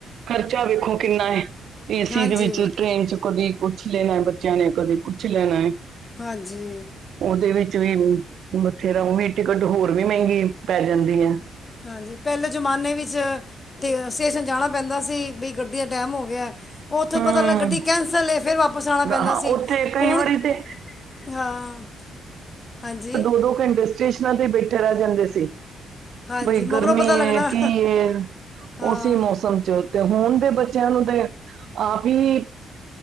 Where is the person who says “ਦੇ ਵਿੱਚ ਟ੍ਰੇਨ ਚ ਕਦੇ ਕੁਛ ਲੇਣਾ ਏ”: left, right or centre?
Right